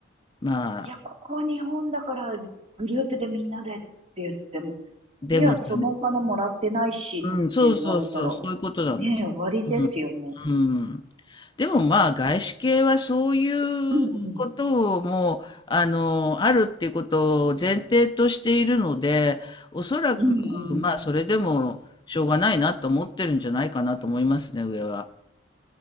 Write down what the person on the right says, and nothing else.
いや、ここは日本だから、グループでみんなでって言っても、
いや、そのお金もらってないしって言われたら、
ねえ、終わりですよね。
うんうん。
うんうん。